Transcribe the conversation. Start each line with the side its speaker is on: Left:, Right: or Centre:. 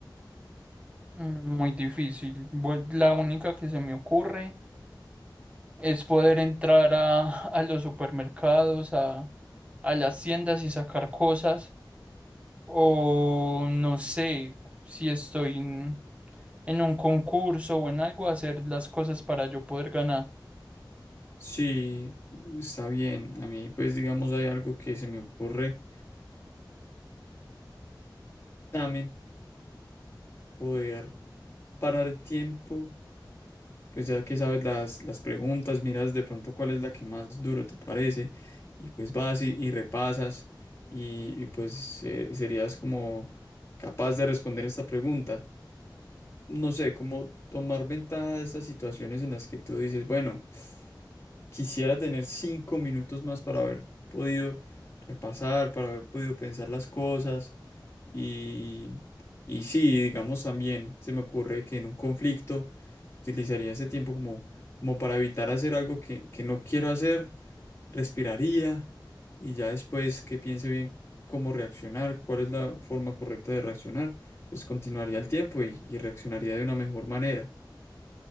Right: Mm, Muy difícil. Voy- La única que se me ocurre es poder entrar a, a los supermercados, a, a las tiendas y sacar cosas. O no sé si estoy en, en un concurso o en algo, hacer las cosas para yo poder ganar.
Left: Sí, está bien. A mí, pues, digamos, hay algo que se me ocurre también, poder parar el tiempo, pues ya que sabes las, las preguntas, miras de pronto cuál es la que más duro te parece y pues vas y, y repasas y, y, pues eh, serías como capaz de responder esta pregunta. No sé, cómo tomar ventaja de estas situaciones en las que tú dices, bueno, Quisiera tener cinco minutos más para haber podido repasar, para haber podido pensar las cosas. Y, y sí, digamos también, se me ocurre que en un conflicto utilizaría ese tiempo como, como para evitar hacer algo que, que no quiero hacer, respiraría y ya después que piense bien cómo reaccionar, cuál es la forma correcta de reaccionar, pues continuaría el tiempo y, y reaccionaría de una mejor manera.